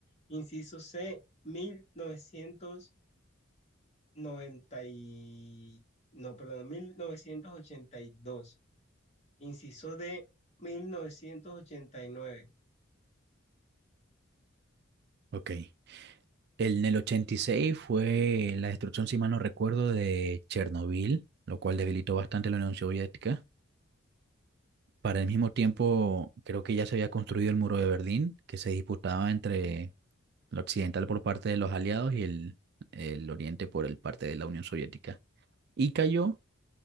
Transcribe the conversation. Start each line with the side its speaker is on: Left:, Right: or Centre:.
Left: Inciso C, 1990 y- no, perdón, mil novecientos ochenta y dos Inciso D, mil novecientos ochenta y nueve
Right: ok. El, en el 86 fue la destrucción, si mal no recuerdo, de Chernobyl, lo cual debilitó bastante la Unión Soviética. Para el mismo tiempo, creo que ya se había construido el muro de Berlín, que se disputaba entre lo occidental por parte de los aliados y el, el oriente por el parte de la Unión Soviética. Y cayó